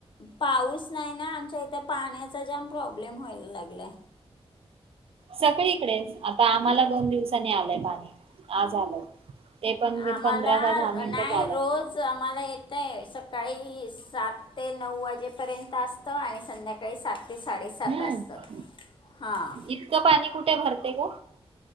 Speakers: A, on the left; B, on the right.
A: पाऊस नाही ना आमच्या इथे पाण्याचा जाम प्रॉब्लेम प्रॉब्लेम व्हायला लागलाय
B: सगळीकडे च. आता आम्हाला दोन दिवसानी आलंय पाणी आज आलंय ते पण
A: आम्हाला
B: पंधरा का दहा मिनिटच
A: नाही
B: आलं
A: रोज आम्हाला येतय सकाळी सात ते नऊ वाजेपर्यंत सात असतं आणि संध्याकाळी सात ते साडेसात
B: हम्म
A: असतं हां
B: इतकं पाणी कुठे भरते ग